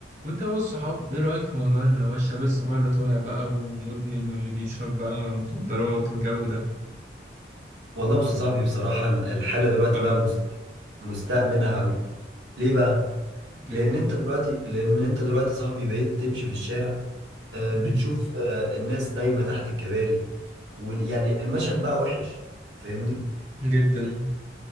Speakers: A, on the right; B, on the right.
A: وانت هو الصحاب ايه رأيك في موضوع اللي هو الشاب الصغير اللي طالع بقى ومدمن واللي بيشرب بقى مخدرات والجو ده
B: والله بص يا صاحبي بصراحة ال- الحالة دلوقتي
A: اه
B: بقى مست... مستأمنها أوي ليه بقى؟
A: جدا
B: لأن أنت دلوقتي لأن أنت دلوقتي يا صاحبي بقيت تمشي في الشارع
A: <clears throat>
B: آه، بتشوف آه، الناس نايمة تحت الكباري وال... يعني المشهد بقى وحش فاهمني؟
A: جدا